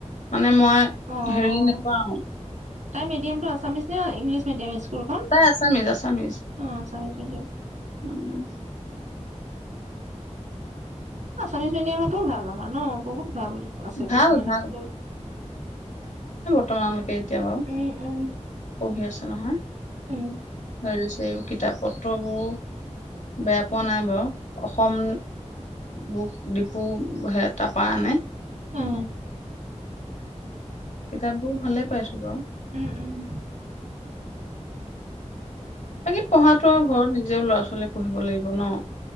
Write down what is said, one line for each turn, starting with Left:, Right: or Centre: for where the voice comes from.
Left: মানে মই
Right: অ
Left: হেৰি নেপাওঁ
Right: তাই মিদিয়াম টো আছিছ ন ইংলছ মিদিয়াম স্কুল খন
Left: তাই আছামিজ আছামিজ
Right: অ এচামিচ এ
Left: উম,
Right: আমিছ মিডিয়ামৰতো ভাল আমাৰ ন বহুত ভাল আছে
Left: ভাল
Right: কিছুমান
Left: ভাল
Right: স্কুল
Left: মান লৈকে কেতিয়াবা
Right: উম উম
Left: পঢ়ি আছে নহয়
Right: উম
Left: হেৰি কিতাপ পত্ৰবোৰ বেয়া পোৱা নাই বাৰু অসম বুক ডিপু হেত তাৰপৰা আনে
Right: উম
Left: কিতাপবোৰ ভালে পাইছো বাৰু
Right: উম উম
Left: বাকী পঢ়াটো আৰু ঘৰত নিজেও ল'ৰা ছোৱ পঢ়িব লাগিব ন